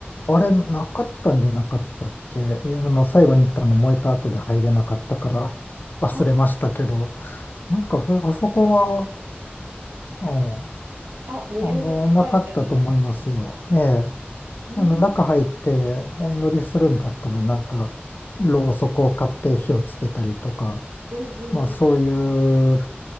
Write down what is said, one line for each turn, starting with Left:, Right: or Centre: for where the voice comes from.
Left: あれ、なかったんじゃなかったっけいや、あの、最後に行ったの燃えた後で入れなかったから <laughs> 忘れましたけど、
Right: あ
Left: なんかふ、あそこは、うん、
Right: あ、無料って書いてあります。
Left: あの、なかったと思いますよ。ええ。
Right: うん、
Left: あの、中入ってお祈りするんだったら、なんか、ろうそくを買って火をつけたりとか、
Right: うん、うん、
Left: まあそうい
Right: うん。
Left: う、